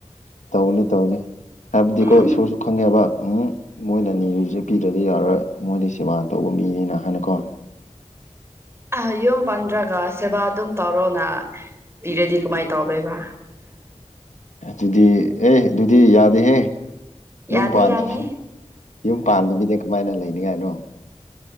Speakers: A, on the left; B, on the right.
A: ꯇꯧꯅꯤ ꯇꯧꯅꯤ ꯍꯥꯏꯕꯗꯤꯀꯣ
B: ꯎꯝ
A: ꯏꯁꯣꯔꯁꯨ ꯈꯪꯉꯦꯕ ꯎꯝ ꯃꯣꯏꯅ ꯅꯤꯔꯤꯁꯦ ꯄꯤꯗ꯭ꯔꯗꯤ ꯌꯥꯔꯔꯣꯏ ꯃꯣꯏꯗꯤ ꯁꯦꯕꯥ ꯇꯧꯕ ꯃꯤꯅꯤꯅ ꯍꯥꯏꯅꯀꯣ
B: ꯑ ꯌꯨꯝ ꯄꯥꯟꯗ꯭ꯔꯒ ꯁꯦꯕꯥ ꯑꯗꯨꯝ ꯇꯧꯔꯣꯅ ꯄꯤꯔꯗꯤ ꯀꯃꯥꯏ ꯇꯧꯗꯣꯏꯕ
A: ꯑꯗꯨꯗꯤ ꯑꯦ ꯑꯗꯨꯗꯤ ꯌꯥꯗꯦꯍꯦ ꯌꯨꯝ
B: ꯌꯥꯅꯤ
A: ꯄꯜꯈꯤꯒꯦ
B: ꯌꯥꯅꯤ
A: ꯌꯨꯝ ꯄꯥꯟꯗꯕꯤꯗꯤ ꯀꯃꯥꯏꯅ ꯂꯩꯅꯤꯉꯥꯏꯅꯣ